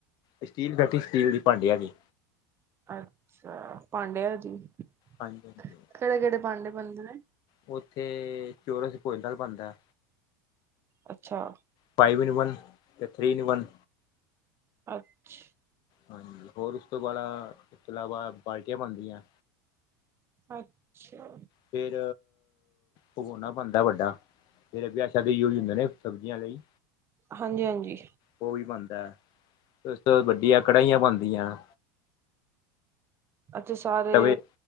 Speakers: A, on the left; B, on the right.
A: ਸਟੀਲ ਫੈਕਟਰੀ ਸਟੀਲ ਦੀ ਭਾਂਡਿਆਂ ਦੀ।
B: ਅੱਛ ਪਾਂਡਿਆਂ ਜੀ
A: ਹਾਂਜੀ ਹਾਂਜੀ
B: ਕਿਹੜੇ- ਕਿਹੜੇ ਪਾਂਡੇ ਬਣਦੇ ਨੇ।
A: ਉੱਥੇ ਚੋਰਸ ਭੋਜਣ ਥਾਲ ਬਣਦਾ।
B: ਅੱਛਾ।
A: ਫਾਈਵ ਇਨ ਵਨ ਅਤੇ ਥਰੀ ਇਨ ਵਨ
B: ਅੱਛਾ।
A: ਹਾਂਜੀ। ਹੋਰ ਉਸ ਤੋਂ ਬਾ ਇਸ ਤੋਂ ਇਲਾਵਾ ਬਾਲਟੀਆਂ ਬਣਦੀਆਂ।
B: ਅੱਛਾ।
A: ਫਿਰ, ਪਗੋਣਾ ਬਣਦਾ ਵੱਡਾ। ਫਿਰ ਅਭ ਵਿਆਹ- ਸ਼ਾਦੀ ਚ ਉਹੀ ਹੁੰਦੇ ਨੇ। ਸਬਜ਼ੀਆਂ ਲਈ।
B: ਹਾਂਜੀ ਹਾਂਜੀ
A: ਉਹ ਵੀ ਬਣਦਾ। ਉਸ ਤੋਂ ਵੱਡੀਆਂ ਕੜਹੀਆਂ ਬਣਦੀਆਂ।
B: ਅੱਛੇ। ਸਾਰੇ
A: ਤਵੇ